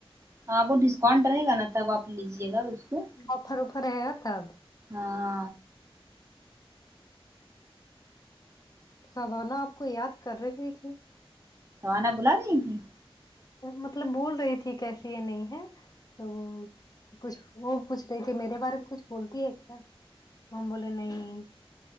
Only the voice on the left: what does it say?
آوپھر اوپھر رہے گا تب
سوانا آپ کو یاد کر رہی تھی
ڈر مطلب بول رہی تھی کیسی ہے نہیں ہے تو وہ کچھ وہ پوچھ رہی تھی میرے بارے میں کچھ بولتی ہے کیا تو ہم بولے نہیں